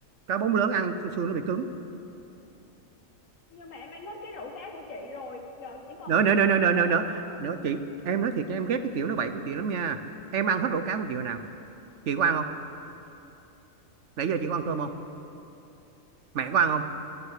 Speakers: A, on the right; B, on the left.
A: cá bóng lớn ăn xương nó bị cứng
B: nhưng mà em ăn hết cái rổ cá của chị rồi giờ chỉ còn
A: nữa
B: duy
A: nữa
B: nhất
A: nữa
B: một
A: nữa
B: con
A: nữa
B: cá
A: nữa nữa
B: bóng
A: nữa chị em nói thiệt cho em ghét cái kiểu nói bậy của chị lắm nha em ăn hết rổ cá của chị hồi nào chị có ăn không nãy giờ chị có ăn cơm không mẹ có ăn không